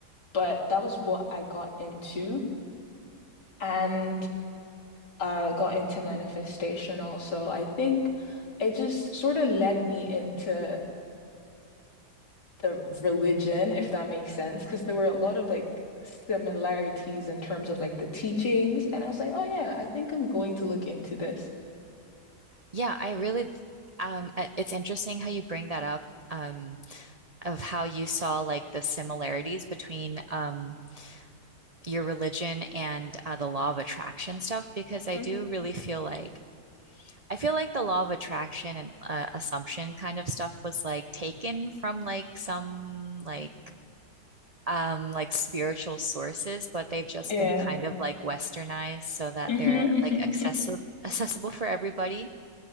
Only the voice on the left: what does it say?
but that was what I got into. And uh, got into manifestation also. I think it just sort of led me into the religion, if that makes sense, because there were a lot of like similarities in terms of like the teachings. And I was like, oh yeah, I think I'm going to look into this.
Mm.
Yeah.
Mm-hmm,
mm-hmm,